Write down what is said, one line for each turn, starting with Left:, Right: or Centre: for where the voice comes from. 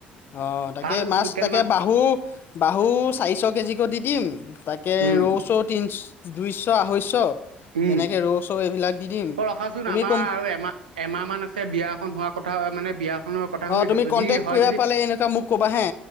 Left: অ তাকে
Right: ভাল
Left: মাছ
Right: লোকেল
Left: তাকে বাহু বাহু। চাৰিশ কেজিকো দি দিম তাকে
Right: উম
Left: ৰৌ চৌ তিনি দুইশ আঢ়ৈশ
Right: উম
Left: তেনেকে ৰৌ চৌ এইবিলাক দি দিম
Right: অ ৰখাচোন
Left: তুমি
Right: আমাৰ
Left: কম
Right: আৰু এমাহ এমাহ মান আছে বিয়া এখন হোৱা কথা কথা মানে বিয়াখনৰ কথা
Left: অ
Right: শুই আছো
Left: তুমি
Right: যদি
Left: কন্টেক্ট
Right: হয়
Left: কিবা
Right: যদি
Left: পালে এনেকুৱা মোক ক'বা হে